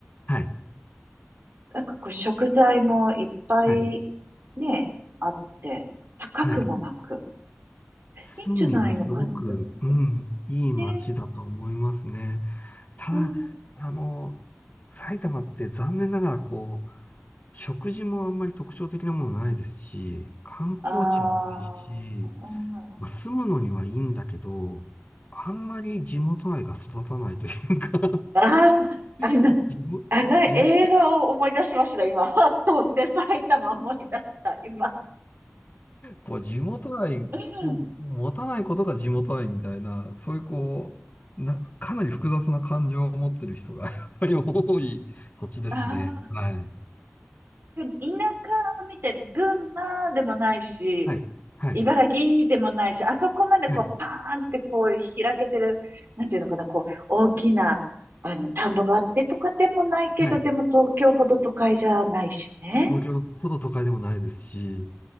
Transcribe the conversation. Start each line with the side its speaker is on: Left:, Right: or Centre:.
Left: はい。
Right: なんかこう食材もいっぱい
Left: はい。
Right: ね、あって、高くもなく、
Left: はい。住むにはすごく、
Right: いいんじゃないのか、うん。
Left: うん、いい街だと思いますね。
Right: ね
Left: た
Right: うん。
Left: だ、あの、埼玉って残念ながらこう、食事もあんまり特徴的なものないですし、観光地もいいし、
Right: あー、う
Left: まあ、
Right: ん。
Left: 住むのにはいいんだけど、あんまり地元愛が育たないというか
Right: あー、あの、
Left: <laughs> 地元、
Right: あの映画を思い出しました、
Left: 地元、
Right: 今。<laughs> 飛んで埼玉思い出した、今。
Left: こう、地元愛を持たないことが地元愛みたいな、
Right: うん
Left: そういうこう、な、かなり複雑な感情を持ってる人が <laughs> やっぱり多い土地ですね。
Right: ああ、
Left: はい。
Right: でも田舎みたいな、群馬でもないし、
Left: はい。はい。
Right: 茨城でもないし、あそこまでこう、
Left: はい。
Right: パーンってこう、開けてる、なんていうのかな、こう、大きな、あの、田んぼがあってとかでもないけど、
Left: はい。
Right: でも東京ほど都会じゃないしね。
Left: 東京ほど都会でもないですし、